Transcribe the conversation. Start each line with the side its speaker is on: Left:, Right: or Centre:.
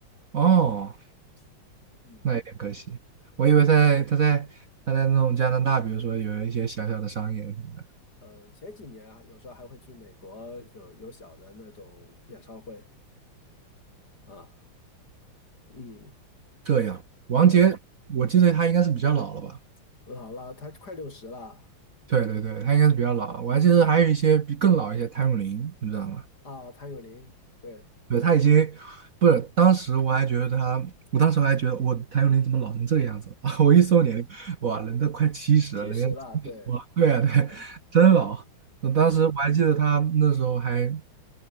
Right: 哦，
Left: 嗯，
Right: 那有点可惜。我以为在他在他在那种加拿大，比如说有一些小小的商演什么的。
Left: 呃，前几年啊，有时候还会去美国有有小的那种演唱会啊。嗯，
Right: 这样，王杰，
Left: 对，
Right: 我记得他应该是比较老了吧？
Left: 好了，他快六十了
Right: 对对对，他应该是比较老了。我还记得还有一些比更老一些，谭咏麟，你知道吗？
Left: 啊，谭咏麟，对，
Right: 对，他已经不是，当时我还觉得他，我当时还觉得我谭咏麟怎么老成这个样子啊？<laughs> 我一搜年龄，哇，人都快七十了，
Left: 七十了，
Right: 人家哇，
Left: 对，
Right: 对啊，对，
Left: 嗯
Right: 真老。我当时我还记得他那时候还
Left: 嗯，